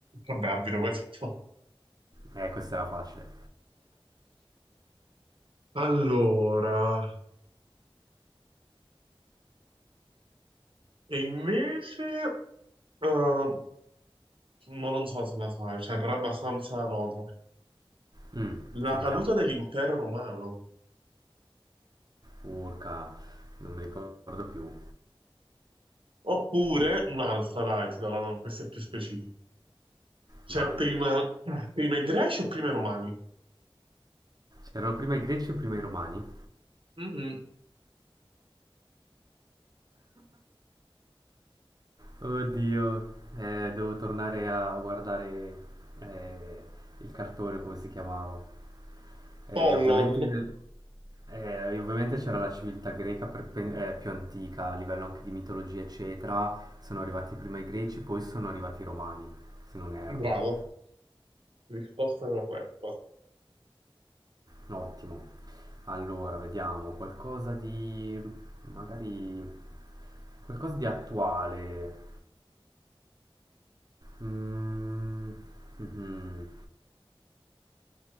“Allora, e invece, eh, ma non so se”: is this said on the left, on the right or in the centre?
Right